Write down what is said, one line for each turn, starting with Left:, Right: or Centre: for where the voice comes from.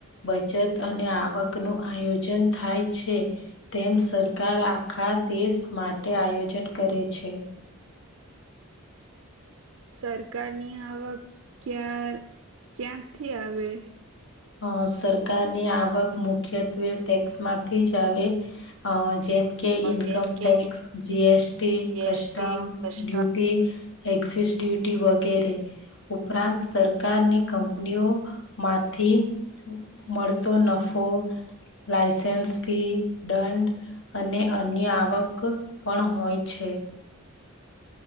Left: બચત અને આવક નું આયોજન થાય છે તેમ સરકાર આખા દેશ માટે આયોજન કરે છે
Right: સરકારની આવક ક્યા ક્યાંકથી આવે
Left: અ સરકારની આવક મુખ્યત્વે ટેક્સ માંથી જ આવે અ જેમ કે ઇન્કમ
Right: જેમ કે
Left: tax GST
Right: GST
Left: custom
Right: custom
Left: duty excise duty વગેરે ઉપરાંત સરકારની કંપનીઓમાં થી મળતો નફો લાયસન્સ ફી દંડ અને અન્ય આવક પણ હોય છે હ